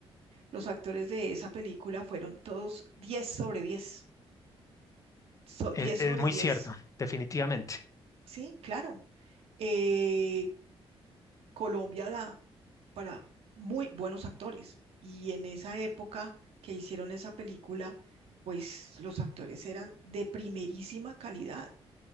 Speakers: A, on the right; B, on the left.
A: Los actores de esa película fueron todos diez sobre 10 so-
B: Es,
A: 10
B: es
A: sobre
B: muy
A: diez
B: cierto, definitivamente.
A: sí, claro. Eh, Colombia da para muy buenos actores. Y en esa época que hicieron esa película, pues los actores eran de primerísima calidad.